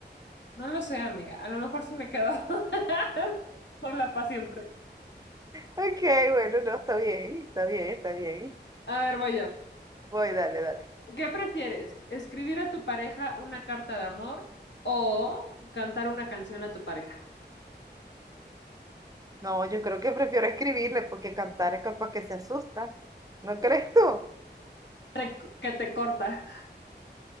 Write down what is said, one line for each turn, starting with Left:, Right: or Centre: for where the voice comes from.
Left: no lo sé, amiga. A lo mejor sí me quedo <laughs> sola para siempre.
Right: ok, bueno, no, está bien, está bien, está bien.
Left: A ver, voy yo.
Right: Voy, dale, dale.
Left: ¿Qué prefieres? ¿Escribir a tu pareja una carta de amor o cantar una canción a tu pareja?
Right: No, yo creo que prefiero escribirle porque cantar es capaz que se asusta. ¿No crees tú?
Left: <laughs> Que te corta.